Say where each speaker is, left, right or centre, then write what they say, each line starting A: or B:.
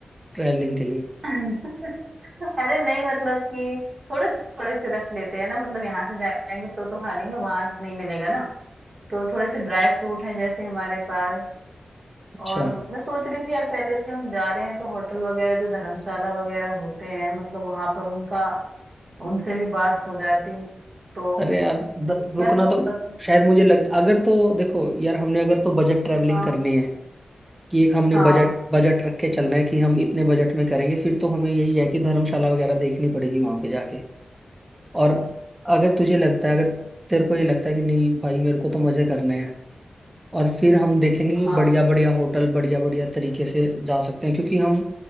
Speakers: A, on the right (about 15°); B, on the right (about 50°).
A: ट्रैवलिंग के लिए
B: <laughs> अरे नहीं मतलब कि थोड़े थोड़े से रख लेते हैं ना मतलब यहाँ से जाएंगे तो तो खा लेंगे वहां नहीं मिलेगा ना तो थोड़े से ड्राई फ्रूट हैं जैसे हमारे पास
A: अच्छा
B: और मैं सोच रही थी यार पहले से हम जा रहे हैं तो होटल वगैरह जो धर्मशाला वगैरह होते हैं मतलब वहां पर उनका उनसे भी बात हो जाती तो
A: अरे यार द, रुकना
B: कैसा मतलब
A: तो शायद मुझे लगता अगर तो देखो यार हमने अगर तो बजट ट्रैवलिंग
B: हाँ
A: करनी है कि एक हमने
B: हाँ
A: बजट बजट रख के चलना है कि हम इतने बजट में करेंगे फिर तो हमें यही है कि धर्मशाला वगैरह देखनी पड़ेगी वहां पे जाके और अगर तुझे लगता है अगर तेरे को ये लगता है कि नहीं भाई मेरे को तो मजे करने हैं और फिर हम देखेंगे कि
B: हाँ
A: बढ़िया बढ़िया होटल बढ़िया बढ़िया तरीके से जा सकते हैं क्योंकि हम